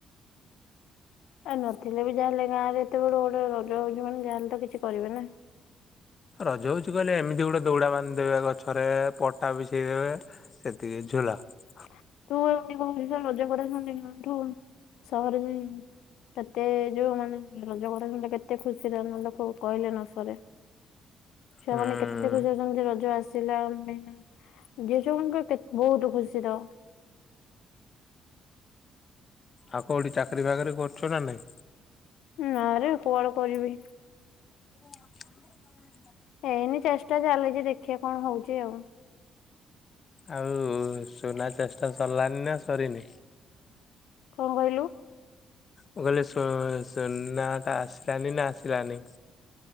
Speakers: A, on the left; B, on the left.
A: ଆ ନଥିଲେ ବି ଯାହା ହେଲେ ଗାଁ ରେ ଏତେ ବଡ ଗୋଟେ ରଜ ହଉଛି ମାନେ ଯାହାହେଲେ ତ କିଛି କରିବେ ନା ।
B: ରଜ ହଉଛି କହିଲେ ଏମିତି ଗୋଟେ ଦୌଡା ବାନ୍ଧିଦେବେ ଗଛରେ ପଟା ବିଛେଇ ଦେବେ ସେତିକି ଝୁଲ ।
A: <unintelligible> ର ଖାଠୁ ସହର ଯାଇ କେତେ ଯୋଉ ମାନେ ରଜଗଡା କେତେ ଖୁସିରେ ଆମ କହିଲେ ନ ସରେ। ଛୁଆମାନେ
B: ହୁଁ
A: କେତେ ଖୁସି ହଉଛନ୍ତି ରଜ ଆସି <unintelligible> ବହୁତ ଖୁସିର।
B: ଆଉ କୋଉଠି ଚାକିରୀ ବାକିରି କରୁଛ ନା ନାଇଁ।
A: ନାଁ ରେ କୁଆଡେ କରିବି?
B: ଓ ଆମ
A: ଏଇନେ ଚେଷ୍ଟା ଚାଲିଛି ଦେଖିବା କଣ ହଉଛି ଆଉ।
B: ଆଉ ସୁନା ଚେଷ୍ଟା ସରିଲାନି ନା ସରିନି?
A: କଣ କହିଲୁ?
B: ମୁଁ କହିଲି ସୁ ସୁନା ଟା ଆସିଲାନି ନା ଆସିଲାନି।